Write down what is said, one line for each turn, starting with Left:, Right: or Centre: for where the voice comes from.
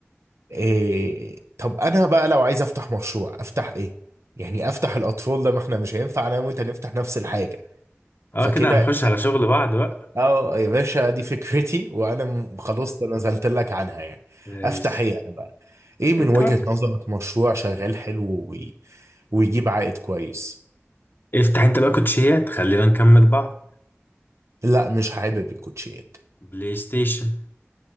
Right: إيه طب انا بقى لو عايز افتح مشروع افتح ايه يعني افتح الاطفال ده ما احنا مش هينفع انا وانت نفتح نفس الحاجه
Left: اه
Right: فكده
Left: كده هنخش
Right: <laughs> إنت-
Left: على شغل بعض بقى
Right: اه يا باشا دي فكرتي <laughs> وانا م- خلاص نزلت لك عنها يعني
Left: ماشي
Right: افتح ايه انا بقى ايه من
Left: انت
Right: وجهة
Left: ممكن
Right: نظرك مشروع شغال حلو وي... ويجيب عائد كويس
Left: افتح انت بقى كوتشيات خلينا نكمل بعض
Right: لا مش حابب الكوتشيات
Left: بلاي ستيشن